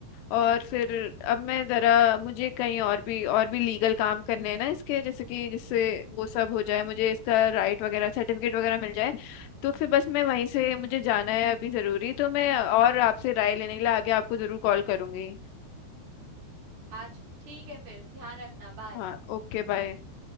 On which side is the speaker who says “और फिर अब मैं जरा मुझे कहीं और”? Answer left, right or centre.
Left